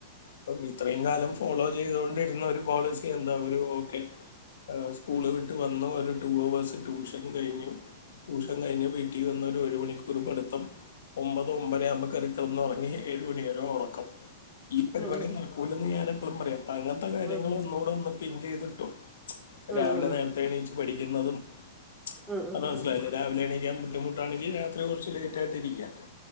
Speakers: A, on the left; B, in the centre.
A: മ്ച്ച് ഇത്രയും കാലം ഫോളോ ചെയ് ചെയ്തോണ്ടിരുന്ന ഒരു പോളിസി എന്താ ഒരു ഓക്കെ ഏ സ്കൂള് വിട്ട് വന്നു ഒരു ടു അവേഴ്സ് ട്യൂഷൻ കഴിഞ്ഞു ട്യൂഷൻ കഴിഞ്ഞ് വീട്ടിൽ വന്ന് ഒരു മണിക്കൂർ പഠിത്തം ഒമ്പതോ ഒമ്പതരയോ ആകുമ്പോ കേറി കിടന്നു ഒറങ്ങി ഏഴുമണിവരെ ഒറക്കം ഈ പരിപാടി
B: ഉം
A: നടക്കൂലെന്ന് ഞാൻ എപ്പോളും പറയാം അങ്ങനത്തെ കാര്യങ്ങൾ
B: ഉം
A: ഒന്നൂടെ ഒന്ന് പിൻ ചെയ്തിട്ടും മ്ച്ച്
B: ഉം
A: രാവിലെ
B: ഉം
A: നേരത്തെ എണീച്ച് പഠിക്കുന്നതും മ്ച്ച്
B: ഉം ഉം ഉം ഉം
A: പറഞ്ഞ മനസ്സിലായില്ലേ
B: ഉം
A: രാവിലെ എണീക്കാൻ ബുദ്ധിമുട്ട് ട്ടാണെങ്കിൽ രാത്രി കുറച്ചു ലേറ്റ് ആയിട്ട് ഇരിക്കുക